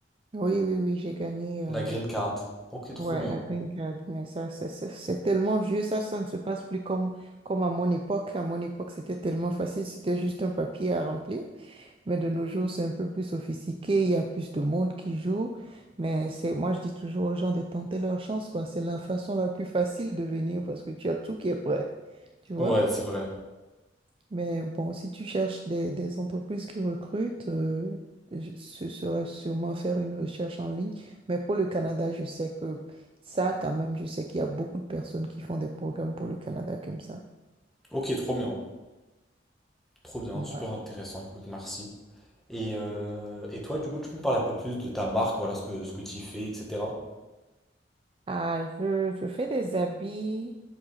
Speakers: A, on the right; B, in the centre.
A: Oui, oui, oui, j'ai gagné
B: la
A: euh,
B: green card. Ok, trop
A: ouais,
B: bien.
A: la green card. Mais ça, c'est c'est- c'est tellement vieux, ça, ça ne se passe plus comme, comme à mon époque. À mon époque, c'était tellement facile, c'était juste un papier à remplir. Mais de nos jours, c'est un peu plus sophistiqué, il y a plus de monde qui joue. Mais c'est, moi, je dis toujours aux gens de tenter leur chance, quoi. C'est la façon la plus facile de venir parce que tu as tout qui est prêt, tu vois?
B: Ouais, c'est vrai.
A: Mais bon, si tu cherches des, des entreprises qui recrutent, euh, je- ce serait sûrement faire une recherche en ligne. Mais pour le Canada, je sais que ça, quand même, je sais qu'il y a beaucoup de personnes qui font des programmes pour le Canada comme ça.
B: Ok, trop bien. Trop bien,
A: Ouais.
B: super intéressant. Écoute, merci. Et, euh, et toi, du coup, tu peux me parler un peu plus de ta marque, voilà, ce que, ce que tu fais, etc.
A: Ah, je, je fais des habits